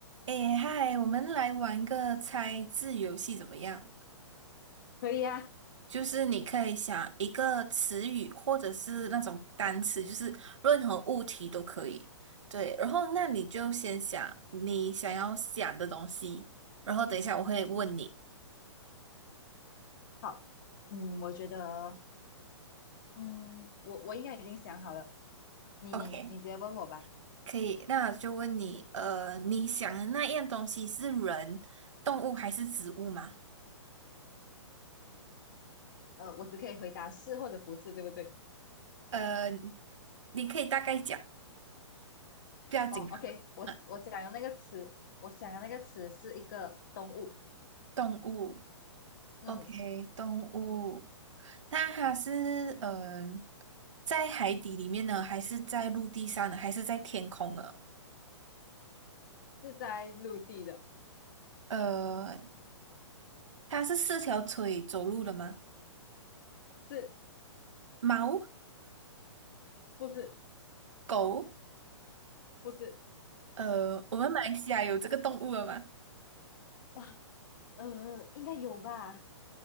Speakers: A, on the right; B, on the left.
A: 诶，嗨，我们来玩一个猜字游戏怎么样？
B: 可以啊，
A: 就是你可以想一个词语或者是那种单词，就是任何物体都可以。对，然后那你就先想你想要想的东西，然后等一下我会问你。
B: 好，嗯，我觉得，嗯，我我应该已经想好了，你你你直接问我吧，
A: OK，可以，那我就问你，呃，你想的那样东西是人、动物还是植物吗？
B: 呃，我只可以回答是或者不是，对不对？
A: 呃，你可以大概讲，不要紧，
B: 哦，OK，我我讲的那个词，
A: 呃，
B: 我想的那个词是一个动物，
A: 动物。
B: 嗯，
A: OK，动物。那它是呃，在海底里面呢，还是在陆地上呢，还是在天空呢？
B: 是在陆地的，
A: 呃，它是四条腿走路的吗？
B: 是
A: 猫、
B: 不是？
A: 狗，
B: 不是，
A: 呃，我们马来西亚有这个动物了吗？
B: 哇，呃，应该有吧，